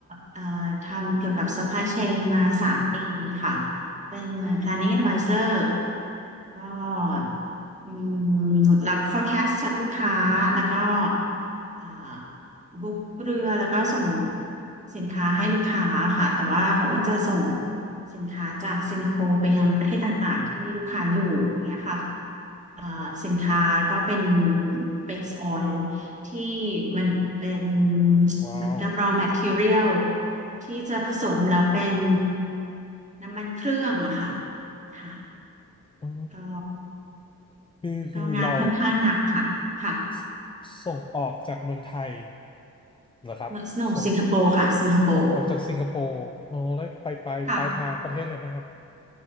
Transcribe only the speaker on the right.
เอ่อทำเกี่ยวกับ supply chain มาสามปีค่ะเป็นเหมือน planning advisor ก็อืมรับ forecast จากลูกค้าแล้วก็ อ่าบุ๊กเรือแล้วก็ส่งสินค้าให้ลูกค้าค่ะแต่ว่าของอ้นจะส่งสินค้าจากสิงคโปร์ไปยังประเทศต่างๆที่มีลูกค้าอยู่อย่างเงี้ยค่ะอ่าสินค้าก็เป็นเบสออยล์ที่มันเป็น
เหมือนกับ raw material ที่จะผสมแล้วเป็นน้ำมันเครื่องอะค่ะค่ะ
ก็
ก็งานค่อนข้างหนักค่ะค่ะ
Snow สิงคโปร์ค่ะสิงคโปร์
ค่ะ